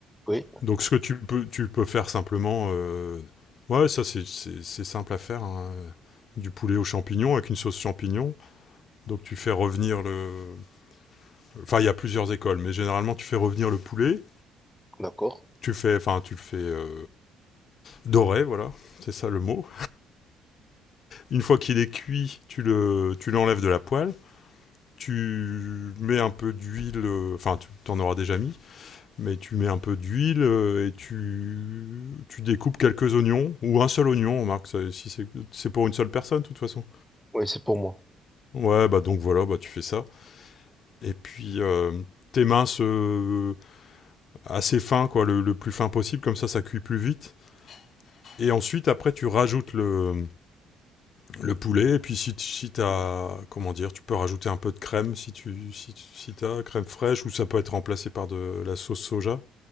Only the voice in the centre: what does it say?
Oui,
d'accord.
Oui, c'est pour moi.